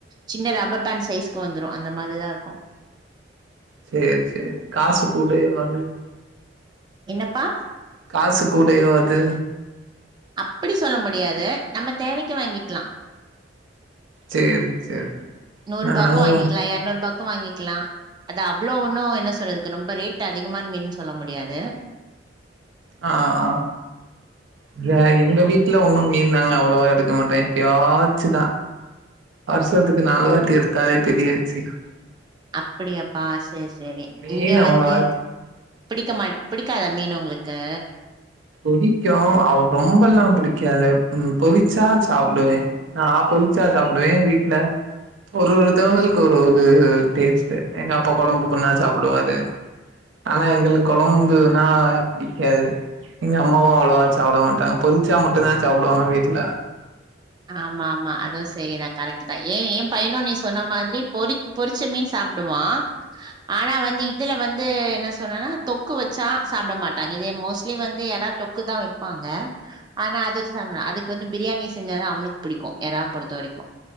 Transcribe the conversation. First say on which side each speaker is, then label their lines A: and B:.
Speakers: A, on the right; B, on the right.
A: சின்ன லாப் அம்பத்தான் சைஸ்க்கு வந்துரு அந்த மாதிரிதா ருக்கு
B: சேர் சேர் காசு கூடயே வந்து
A: என்னப்பா
B: காசு கூடையோ அது
A: அப்பிடி சொல்ல முடியாது நம்ம தேவைக்கி வாங்கிக்கலா
B: சேரி சேரி
A: நூறுபாக்கு
B: நாங்க
A: வாங்கிக்கலா எரநூறுப்பாக் கு வாங்கிக்கலா அது அவ்ளோ ஒன்னு என்ன சொல்றதுக்கு ரொம்ப ரேட் அதிகமான் மீன் சொல்ல முடியாது
B: ஆ ஆ இல்ல எங்க வீட்ல ஒண்ணு மீன்லா நாங்க அவ்ளோவா எடுக்க மாட்டோ எப்பாடியாச்சுதா வருஷத்துக்கு நாலுவாட்டி எடுத்தாலே பெரியவிச்சியோ
A: அப்டியாப்பா சேரி சேரி
B: மீன்
A: இங்க வந்து
B: அவ்வளவா
A: பிடிக்க மாட் பிடிக்காதா மீன் உங்களுக்கு
B: புடிக்கு அது ரொம்பல்லா புடிக்காது ம் பொரிச்சா சாப்டுவே ந பொரி புரிச்சா சாப்டுவே வீட்ல ஒரு ஒருத்தவங்களுக்கு ஒரு ஒரு டேஸ்ட்டு எங்க அப்பா கொழம்பு பண்ணா சாப்புடுவாரு ஆனா எங்களுக்கு கொழம்புன்னா புடிக்காது எங்க அம்மாவு அவ்ளோவா சாப்ட மாட்டாங்க பொரிச்சா மட்டு தா சாப்புடுவாங்க வீட்ல
A: ஆமா ஆமா அதுவு செரிதா கரெக்ட் தா ஏ ஏ பையனு நீ சொன்ன மாதிரி பொரிச் பொறிச்ச மீன் சாப்புடுவா ஆனா வந்து இதுல வந்து என்ன சொன்னன்னா தொக்கு வச் சா சாப்பட மாட்டாங்க இதே மோஸ்ட்லி வந்து எறத்தொக்கு தா வைப்பாங்க ஆனா அது சப்டமாட் அதுக் இதுவந்து பிரியாணி செஞ்சாதா அவனுக்கு புடிக்கு எறா பொறுத்த வரைக்கு